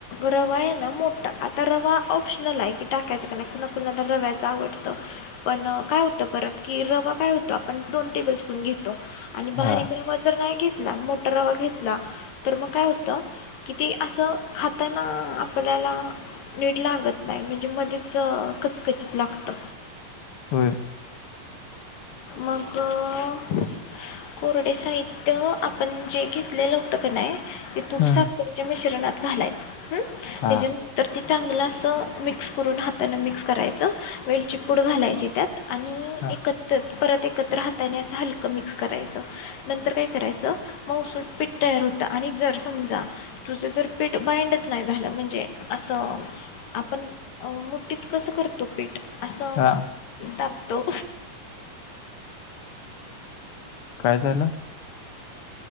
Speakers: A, on the left; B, on the left.
A: रवा आहे ना मोठा आता रवा ऑप्शनल आहे की टाकायच का नाही कुणा कुणाला रवा. आवडत पण काय होतं परत की रवा काय होतो आपण दोन टेबल स्पून घेत. आणि बारीक
B: हा
A: रवा जरं नाही घेतला मोठा रवा घेतला. तर मग काय होतं कि ते असं खाताना आपल्याला- नीट लागत नाही म्हणजे मध्येच कचकचीत लागतं.
B: होयं.
A: मगं. कोरडे साहित्य आपण जे घेतलेलं होतं का नाही. ते
B: हम्म
A: तूप साखरेच्या मिश्रणात घालायच त्याच्यानंतर
B: हा
A: - चांगलं असं मिक्स करून हाताानं मिक्स करायचं वेलचीपूड घालायची त्यात, आणि
B: हा
A: एकत्र, परत एकत्र हाताने असं हलकं मिक्स करायचं नंतर काय करायचं मग उसट पीठ तयार होतं. आणि जर समजा तुझं जर पीठ बाइंडच नाही झालं म्हणजे असं. आपण मुठीत कसं करतो पीठ. असं
B: हा
A: दाबतो.
B: काय झालं.